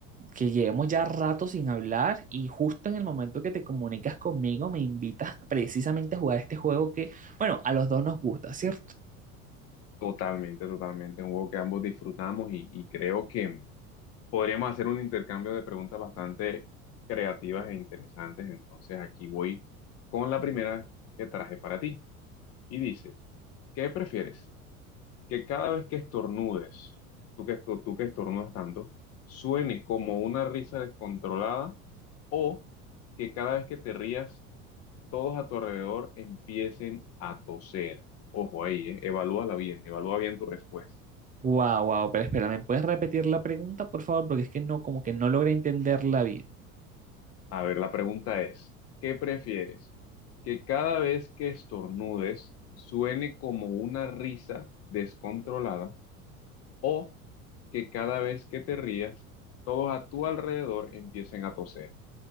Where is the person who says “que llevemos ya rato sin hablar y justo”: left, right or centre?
Right